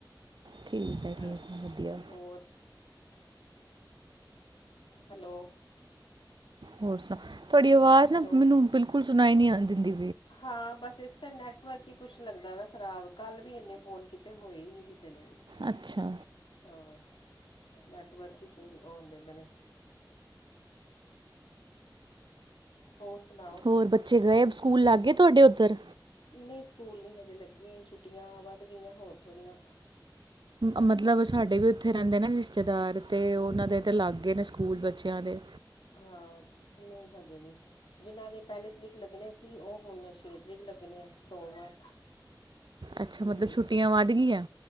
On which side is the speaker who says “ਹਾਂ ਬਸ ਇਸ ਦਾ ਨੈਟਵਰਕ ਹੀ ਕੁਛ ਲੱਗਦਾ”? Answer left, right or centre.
Left